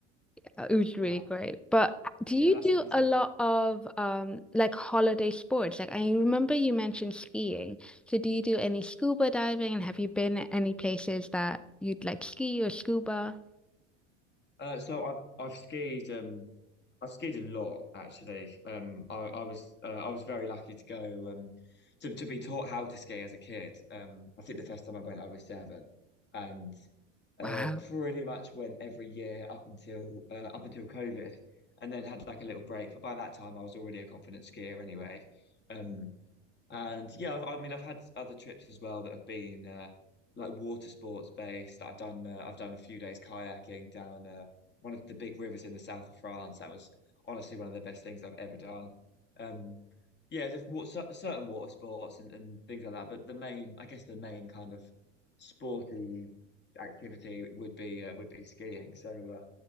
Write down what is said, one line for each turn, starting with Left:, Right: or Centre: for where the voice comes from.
Centre: It was really
Left: Wow.
Centre: great. But do
Left: Yeah,
Centre: you
Left: that's
Centre: do
Left: amazing.
Centre: a lot of um like holiday sports? Like I remember you mentioned skiing. So do you do any scuba diving and have you been at any places that you'd like ski or scuba?
Left: Uh, so I've I've skied um I've skied a lot actually. Um, I I was uh, I was very lucky to go um to to be taught how to ski as a kid. Um, I think the first time I went I was seven, and.
Centre: Wow.
Left: uh, pretty much went every year up until uh, up until COVID, and then had like a little break. But by that time, I was already a confident skier anyway. Um, and yeah, I've, I mean, I've had other trips as well that have been uh, like water sports based. That I've done uh, I've done a few days kayaking down uh, one of the big rivers in the south of France. That was honestly one of the best things I've ever done. Um, yeah, there's wa- cer- certain water sports and, and things like that, but the main, I guess, the main kind of sporty activity would be uh, would be skiing. So uh,